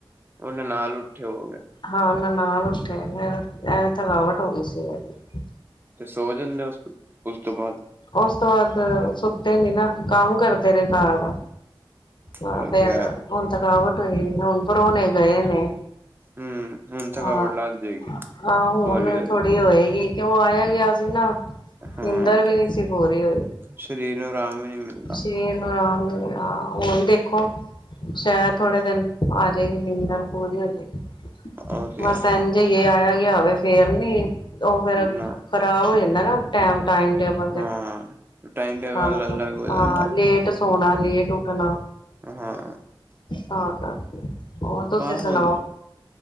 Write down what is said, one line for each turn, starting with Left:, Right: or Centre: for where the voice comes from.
Right: ਉਹੇ ਨਾਲ ਉੱਠੇ ਹੋਵੋਗੇ
Left: ਹਾਂ ਨਾਲ ਨਾਲ ਉੱਠੇ, ਐਵੇਂ ਥਕਾਵਟ ਹੋ ਗਈ ਸੀ ਇਹਦੀ
Right: ਤੇ ਸੋ ਜਾਂਦੇ ਉਸ, ਉਸ ਤੋਂ ਬਾਅਦ
Left: ਉਸ ਤੋਂ ਬਾਅਦ ਸੁੱਤੇ ਨੇ ਨਾ ਕੰਮ ਕਰਦੇ ਰਹੇ ਘਰ ਦਾ ਆ
Right: ਉਹ
Left: ਫੇਰ
Right: ਤੇ ਹੈ
Left: ਹੁਣ ਥਕਾਵਟ ਹੋਈ, ਹੁਣ ਪਰੋਣੇ ਗਏ ਨੇ,
Right: ਹਮ ਹੁਣ
Left: ਹਾਂ
Right: ਥਕਾਵਟ ਲੱਗ ਜਾਏਗੀ
Left: ਹਾਂ ਹੁਣ
Right: ਹੌਲੀ ਹੌਲੀ
Left: ਥੋੜ੍ਹੀ ਹੋਏਗੀ ਤੇ ਉਹ ਆਇਆ ਗਿਆ ਸੀ ਨਾ
Right: ਹਾਂ
Left: ਨਿੰਦਰ ਵੀ ਨਹੀਂ ਸੀ ਪੂਰੀ ਹੋਈ
Right: ਸਰੀਰ ਨੂੰ ਆਰਾਮ ਹੀ ਨਹੀਂ ਮਿਲਦਾ
Left: ਸ਼ਰੀਰ, ਹ ਹੋਣ ਦੇਖੋ ਸ਼ਹਿਦ ਥੋੜੇ ਦਿਨ ਆਜੇਗੀ ਨਿੰਦਰ ਪੂਰੀ ਹੋਜੇਗੀ,
Right: ਉਹ ਤੇ
Left: ਬਸ
Right: ਹੈ
Left: ਜੇ ਆਇਆ ਗਿਆ ਹੋਵੇ ਫੇਰ ਨੀ, ਉਹ ਫੇਿਰ
Right: ਨਾ
Left: ਖ਼ਰਾਬ ਹੋ ਜਾਂਦਾ ਨਾ ਟਾਈਮ ਟੇਬਲ,
Right: ਹਾਂ ਟਾਈਮ ਟੇਬਲ
Left: ਹਾਂ
Right: ਅਲੱਗ ਹੋ
Left: ਹਾਂ
Right: ਜਾਂਦਾ
Left: ਲੇਟ ਸੋਣਾ, ਲੇਟ ਉੱਠਣਾ
Right: ਹਾਂ
Left: ਤਾ ਕਰਕੇ ਹੋਰ ਤੁਸੀ
Right: ਬਸ
Left: ਸੁਣਾਓ
Right: ਹੁਣ